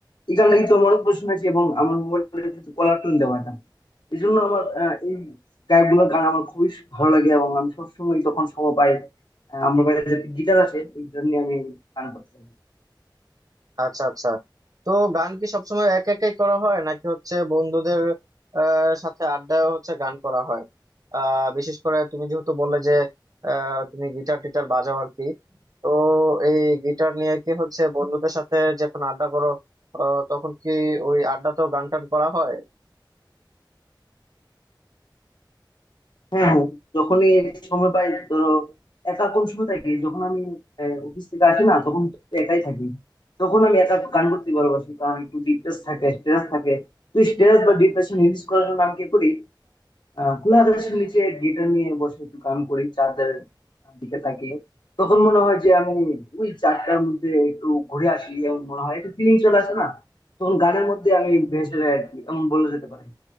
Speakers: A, on the left (about 65°); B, on the right (about 50°).
A: এই গানটা কিন্তু আমার অনেক শুনেছি এবং আমার মোবাইলে কিন্তু কলার টোন দেওয়া এটা এই জন্য আমার আহ, এই গায়কগুলোর গান আমার খুবই ভালো লাগে এবং আমি সবসময় যখন সময় পাই আহ, আমার বাড়িতে গিটার আছে এই গিটার নিয়ে আমি গান করতে থাকি
B: আচ্ছা আচ্ছা তো গান কি সবসময় এক একাই করা হয় নাকি হচ্ছে বন্ধুদের আহ, সাথে আড্ডায় হচ্ছে গান করা হয় আহ বিশেষ করে তুমি যেহেতু বললে যে আহ, তুমি গিটার টিটার বাজাও আর কি তো এই গিটার নিয়ে কি হচ্ছে বন্ধুদের সাথে যখন আড্ডা করো আহ, তখন কি ওই আড্ডাতেও গান টান করা হয়
A: হ্যাঁ হ্যাঁ যখনই সময় পাই ধরো একা কোন সময় থাকি যখন আমি আহ, অফিস থেকে আসি না তখন তো একাই থাকি তখন আমি একা গান করতে ভালোবাসি কারণ একটু ডিপ্রেস থাকে স্ট্রেস থাকে তো স্ট্রেস বা ডিপ্রেশন রিলিজ করার জন্য আমি কি করি আহ খোলা আকাশের নিচে গিটার নিয়ে বসে একটু গান করি চাঁদের আহ, দিকে তাকিয়ে তখন মনে হয় যে আমি ওই চাঁদটার মধ্যে একটু ঘুরে আসি এমন মনে হয় একটু ফিলিং চলে আসে না তখন গানের মধ্যে আমি ভেসে যাই আর কি এমন বলা যেতে পারে